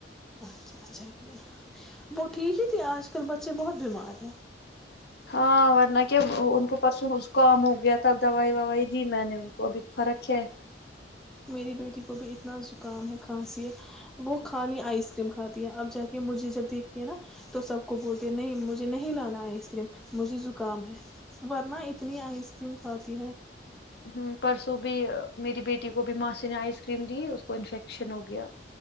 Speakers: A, in the centre; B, on the left.
A: اچھا اچھا کیا وہ ٹھیک ہی تھی آج کل بچے بہت بیمار ہے
B: ہاں ورنہ کیا ان کو پرسوں زکام ہو گیا تھا اب دوائی وائی دی میں نے ان کو ابھی فرق ہے
A: میری بیٹی کو بھی اتنا زکام ہے کھانسی ہے وہ کھالی آئس کریم کھاتی ہے اب جا کے مجھے جب دیکھتی ہے نا تو سب کو بولتی ہے نہیں مجھے نہیں لانا آئس کریم مجھے زکام ہے ورنہ اتنی آئس کریم کھاتی ہے
B: ہ پرسوں بھی میری بیٹی کو بھی ماں سے نے آئس کریم دی اس کو انفیکشن ہو گیا